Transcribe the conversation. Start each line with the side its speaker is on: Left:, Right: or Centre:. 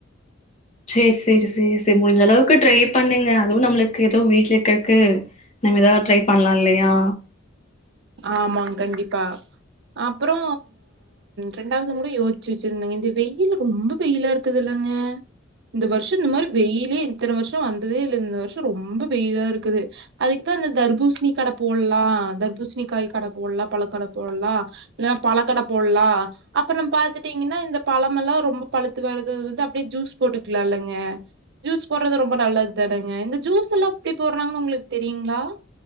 Left: சேர் சேரி சேர் சே முஞ்ச அளவுக்கு ட்ரை பண்ணுங்க அதுவு நம்ள க்கு எதோ வீட்ல இக்கறக்கு நம்ம எதாவ ட்ரை பண்லா இல்லையா
Right: ஆமாங் கண்டிப்பா அப்பறோ ரெண்டாவதுங் கூட யோச்சி வெச்சிருந்தங்க இந்த வெயிலு ரொம்ப வெயிலா இருக்குதுல்ல ங்க இந்த வர்ஷோ இந்த மாரி வெயி லே இத்தன வர்ஷோ வந்ததே இல்ல இந்த வர்ஷோ ரொம்ப வெயிலா இருக்குது அதுக்குத்தா இந்த தர்பூசிணி கட போல் லா தர்பூசிணி காய் கட போல்லா பழக்கட போல்லா இல்லனா பழக்கட போல்லா அப்ற நம் பாத்துட்டீங்கன்னா இந்த பழமெல்லா ரொம்ப பழுத்து வரது வந்து அப்டே ஜூஸ் போட்டுக்லா இல்லங்க ஜூஸ் போட்றது ரொம்ப நல்லதுத்தா டங்க இந்த ஜூஸ் எல்லா ப்டி போட்றாங்கன் உங்குளுக் தெரியுங்ளா